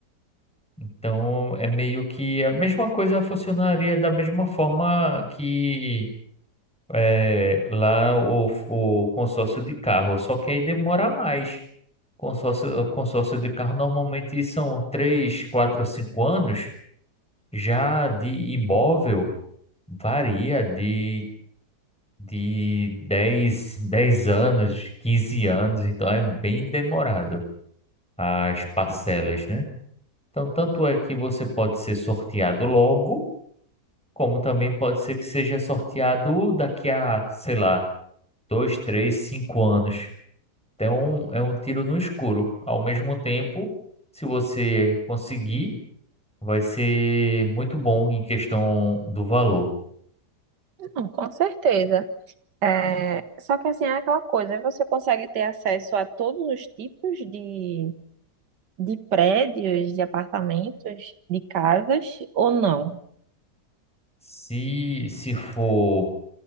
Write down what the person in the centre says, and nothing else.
Então é meio que a mesma coisa funcionaria da mesma forma que eh, lá o, o consórcio de carro, só que aí demora mais. Consórcio, consórcio de carro normalmente são 3, 4, 5 anos, já de imóvel varia de de dez dez anos, 15 anos, então é bem demorado as parcelas, né? Então, tanto é que você pode ser sorteado logo, como também pode ser que seja sorteado daqui a, sei lá, 2, 3, 5 anos. Então, é um tiro no escuro. Ao mesmo tempo, se você conseguir, vai ser muito bom em questão do valor.
Se, se for,